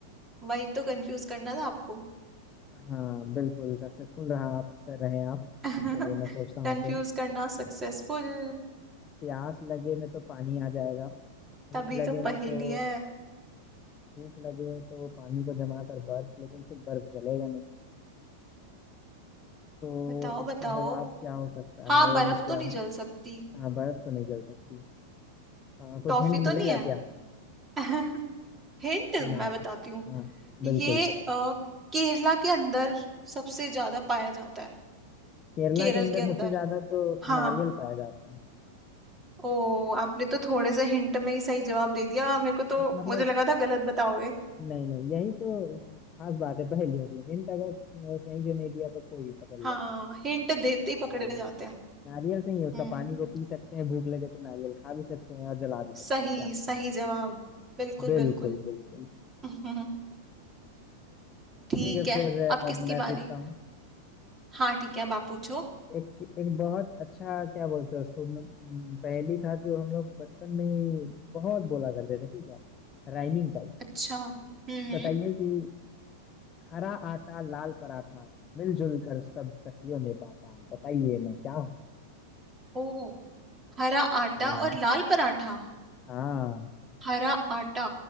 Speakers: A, on the right; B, on the left.
A: वही तो कंफ्यूज करना था आपको
B: हाँ बिल्कुल सक्सेसफुल रहा आप सर रहे आप
A: <laughs>
B: चलिए मैं सोचता हूँ
A: कंफ्यूज
B: फिर
A: करना सक्सेसफुल
B: प्यास लगे में तो पानी आ जाएगा भूख
A: तभी
B: लगे
A: तो पहेली
B: में तो
A: है
B: भूख लगे तो पानी को जमा कर बर्फ लेकिन फिर बर्फ जलेगा नहीं तो
A: बताओ
B: इसका
A: बताओ
B: जवाब क्या हो सकता
A: हाँ
B: है
A: बर्फ
B: क्या
A: तो नहीं जल सकती
B: हाँ बर्फ तो नहीं जल सकती आ, कुछ
A: टॉफी
B: हिंट मिलेगा
A: तो नहीं
B: क्या
A: है <laughs> हिंट
B: ना
A: मैं बताती हूँ
B: हाँ
A: ये
B: बिल्कुल
A: अ, केरला के अंदर सबसे ज्यादा पाया जाता है
B: केरला
A: केरल
B: के अंदर
A: के अंदर
B: सबसे ज्यादा तो
A: हाँ
B: नारियल पाया जाता है
A: ओ आपने तो थोड़े से हिंट में ही सही जवाब दे दिया मेरे को तो
B: हाँ मतलब
A: मुझे लगा था गलत बताओगे
B: नहीं नहीं यही तो खास बात है पहेलियों की हिंट अगर अ, सही से नहीं दिया तो कोई भी पकड़ लेगा
A: हाँ हिंट देते ही पकड़े
B: जी
A: जाते हैं
B: नारियल से ही उसका
A: हम्म
B: पानी को पी सकते हैं भूख लगे तो नारियल खा भी सकते हैं और जला भी सकते
A: सही
B: हैं क्या
A: सही जवाब बिल्कुल
B: बिल्कुल
A: बिल्कुल
B: बिल्कुल
A: <laughs> हम्म, ठीक
B: ठीक है फिर
A: है
B: अ,
A: अब किसकी
B: अब मैं पूछता
A: बारी
B: हूँ
A: हाँ ठीक है अब आप पूछो
B: एक एक बहुत अच्छा क्या बोलते हैं उसको म, म, पहेली था जो हम लोग बचपन में ही बहुत बोला करते थे ठीक है Rhyming type
A: अच्छा हम्म हम्म।
B: बताइए कि हरा आटा लाल पराठा मिलजुल कर सब सखियों ने बांटा बताइए मैं क्या हूँ
A: ओ हरा आटा
B: हाँ
A: और लाल पराठा
B: हाँ
A: हरा आटा